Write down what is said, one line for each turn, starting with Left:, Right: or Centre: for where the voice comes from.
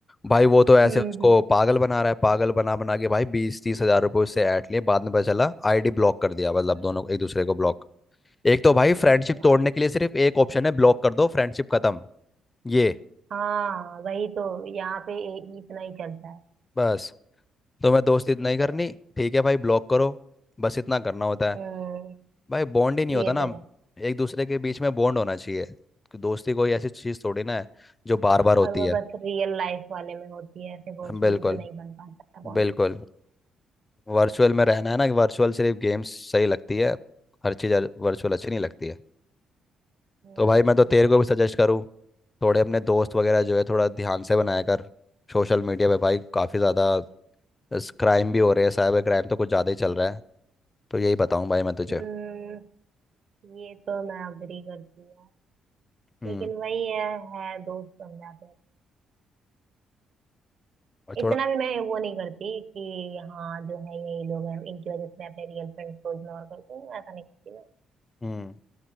Left: भाई वो तो ऐसे
Right: हम्म
Left: उसको
Right: हम्म
Left: पागल बना रहा है पागल बना बना के भाई बीस तीस हजार रुपये उससे ऐट लिए बाद में पता चला आईडी ब्लॉक कर दिया मतलब
Right: हम्म,
Left: दोनों एक दूसरे को ब्लॉक एक तो भाई फ्रेंडशिप
Right: वाह
Left: तोड़ने के लिए सिर्फ एक ऑप्शन है ब्लॉक कर दो फ्रेंडशिप खत्म ये
Right: हाँ वही तो यहाँ पे ए- इतना ही चलता है
Left: बस तुम्हें दोस्ती नहीं करनी
Right: है।
Left: ठीक है भाई ब्लॉक करो बस इतना करना होता है
Right: हम्म
Left: भाई बॉन्ड ही नहीं
Right: ये
Left: होता ना
Right: तो है
Left: एक दूसरे के बीच में बॉन्ड होना चाहिए दोस्ती कोई ऐसी चीज थोड़ी ना है जो बार बार होती
Right: और वो
Left: है
Right: बस रियल लाइफ वाले में होती है ऐसे भोजपुरी
Left: बिल्कुल
Right: तो नहीं बन पाता बॉन्ड
Left: बिल्कुल वर्चुअल में रहना है ना वर्चुअल सिर्फ गेम्स सही लगती है हर चीज़ वर्चुअल अच्छी नहीं लगती है
Right: हम्म
Left: तो भाई मैं तो तेरे को भी सजेस्ट करूँ थोड़े अपने दोस्त वगैरह जो है थोड़ा ध्यान से बनाया कर सोशल मीडिया पे भाई काफ़ी ज़्यादा बस क्राइम भी हो रहे हैं साइबर क्राइम तो कुछ ज़्यादा ही चल रहा है तो यही बताऊँ भाई मैं तुझे
Right: हम्म, ये तो मैं अग्री करती हूँ यार।
Left: हम्म
Right: लेकिन वही है है दोस्त बन जाते हैं
Left: और
Right: इतना
Left: थोड़ा
Right: भी मैं वो नहीं करती कि हाँ जो है यही लोग हैं इनकी वजह से मैं अपने रियल फ्रेंड्स को इग्नोर करती हूँ ऐसा नहीं करती मैं
Left: हम्म